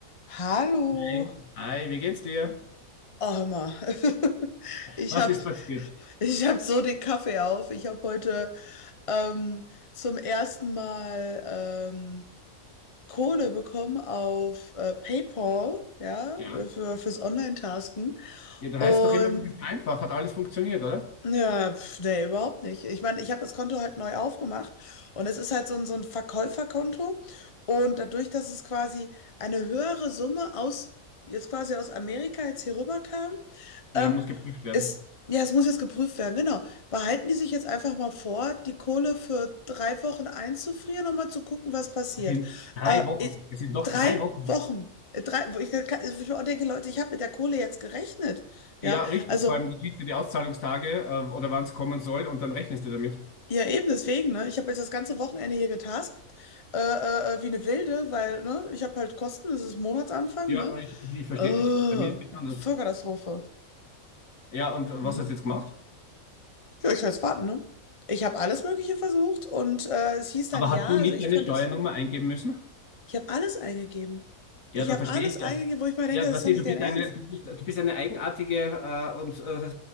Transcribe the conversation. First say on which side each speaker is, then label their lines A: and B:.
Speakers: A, on the left; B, on the left.
A: Hallo,
B: Hey. Hi, wie geht's dir?
A: Armer. <laughs> Ich
B: Was
A: habe
B: ist passiert?
A: ich hab so den Kaffee auf. Ich habe heute ähm, zum ersten Mal ähm, Kohle bekommen auf äh, PayPal, ja,
B: Ja.
A: für, fürs Online-Tasken.
B: Ja, da
A: Und
B: heißt doch immer, das ist einfach. Hat alles funktioniert, oder?
A: ja, pf, nee, überhaupt nicht. Ich meine, ich habe das Konto halt neu aufgemacht und es ist halt so ein, so ein Verkäuferkonto. Und dadurch, dass es quasi eine höhere Summe aus, jetzt quasi aus Amerika jetzt hier rüber kam,
B: Ja,
A: Ähm,
B: muss geprüft werden.
A: es, ja, es muss jetzt geprüft werden, genau. Behalten die sich jetzt einfach mal vor, die Kohle für drei Wochen einzufrieren, um mal zu gucken, was passiert.
B: Es sind drei
A: Äh,
B: Wochen.
A: ich,
B: Es sind doch
A: drei
B: drei Wochen.
A: Wochen. Äh, Drei, wo ich, wo ich mir auch denke, Leute, ich habe mit der Kohle jetzt gerechnet. Ja,
B: Ja, richtig.
A: also,
B: Vor allem, du siehst ja die Auszahlungstage, äh, oder wann es kommen soll, und dann rechnest du damit.
A: ja, eben deswegen, ne? Ich habe jetzt das ganze Wochenende hier getaskt, äh, äh, äh, wie eine Wilde, weil, ne, ich habe halt Kosten, es ist Monatsanfang,
B: Ja,
A: ne?
B: ich, ich, ich verstehe
A: Äh,
B: dich. Bei mir ist es anders.
A: Vollkatastrophe.
B: Ja, und
A: ne?
B: was hast du jetzt gemacht?
A: Ja, ich kann es warten, ne? Ich habe alles Mögliche versucht und äh, es hieß dann
B: Aber
A: ja,
B: hast du nicht
A: also ich
B: deine
A: könnte
B: Steuernummer
A: es.
B: eingeben müssen?
A: Ich habe alles eingegeben.
B: Ja,
A: Ich
B: da
A: habe
B: verstehe
A: alles
B: ich.
A: eingegeben,
B: Ja,
A: wo ich mir denke,
B: ja
A: das
B: weißt
A: ist doch
B: du,
A: nicht
B: du bist
A: dein Ernst.
B: eine, du bist, du bist eine eigenartige äh, und äh,